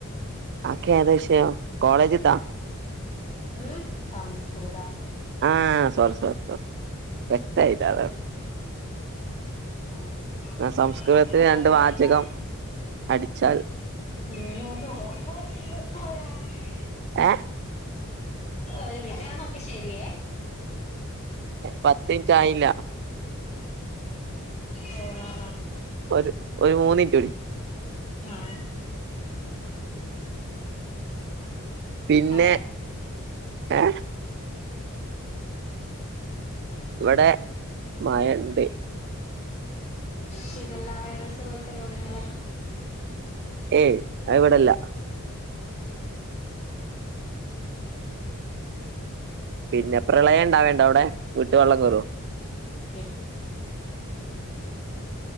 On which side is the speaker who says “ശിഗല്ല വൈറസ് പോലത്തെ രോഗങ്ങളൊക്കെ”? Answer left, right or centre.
Left